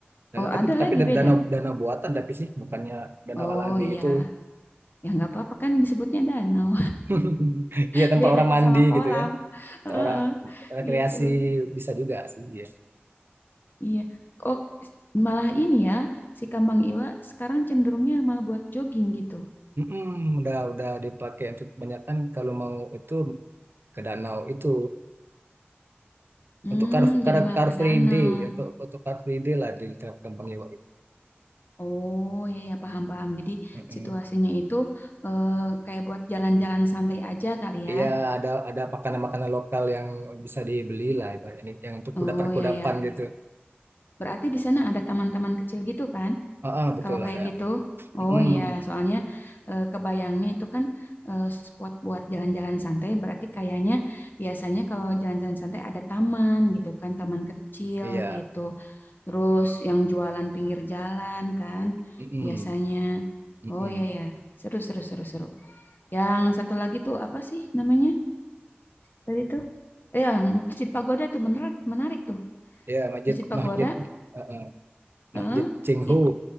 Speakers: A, on the right; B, on the left.
A: Danau
B: Oh,
A: tapi
B: ada
A: tapi
B: lagi
A: dan-
B: beda.
A: danau danau buatan tapi sih bukannya danau
B: Oh,
A: alami
B: iya.
A: gitu.
B: Ya nggak apa-apa kan disebutnya danau.
A: <laughs>
B: <laughs>
A: Iya tempat
B: Beda
A: orang mandi
B: sama kolam.
A: gitu ya.
B: Heeh,
A: Orang rekreasi
B: gitu.
A: bisa juga sih ya.
B: Iya. Oh, malah ini ya, si Kambang Iwa sekarang cenderungnya malah buat jogging gitu.
A: Mm-mm, udah udah dipakai untuk kebanyakan kalau mau itu ke danau itu
B: Hmm,
A: untuk car car
B: jadi malah
A: car
B: ke
A: free
B: danau.
A: day untuk untuk car free day lah di Kampung Iwak
B: Oh, iya ya paham-paham. Jadi
A: itu.
B: situasinya itu eh, kayak buat jalan-jalan santai aja kali ya.
A: Iya, ada ada makanan-makanan lokal yang bisa dibeli lah, ibaratnya yang untuk
B: Oh,
A: kudapan-kudapan
B: iya ya.
A: gitu.
B: Berarti di sana ada taman-taman kecil gitu kan?
A: Ah, ah, betul
B: Kalau kayak
A: ada.
B: gitu, oh
A: Mm-mm,
B: iya, soalnya eh, kebayangnya itu kan eh, spot buat jalan-jalan santai, berarti kayaknya biasanya kalau jalan-jalan santai ada taman gitu kan, taman kecil
A: iya,
B: gitu. Terus yang jualan pinggir jalan kan,
A: mm-mm,
B: biasanya.
A: mm
B: Oh
A: mm.
B: iya ya, seru seru seru seru. Yang satu lagi tuh apa sih namanya tadi tuh? Eh, Yang Masjid Pagoda tuh menarik menarik tuh.
A: Iya, masjid
B: Masjid Pagoda,
A: masjid ah, ah,
B: eh,
A: masjid Cinghu.
B: it-